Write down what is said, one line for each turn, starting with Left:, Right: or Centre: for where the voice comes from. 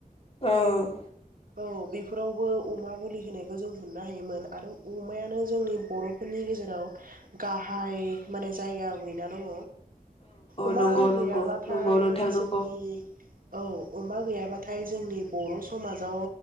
Left: औ
Right: औ बेफोरावबो अमा बुलि होनायखौ जों मोननो हायोमोन आरो अमायानो जोंनि बर' फोरनि गेजेराव गाहाइ माने जायगा आवग्रिना दङ। अमा
Left: नंगौ
Right: गैयाबाथाय
Left: नंगौ नंगौ नोंथां नंगौ
Right: जोंनि औ अमा गैयाबाथाय जोंनि बर' समाजाव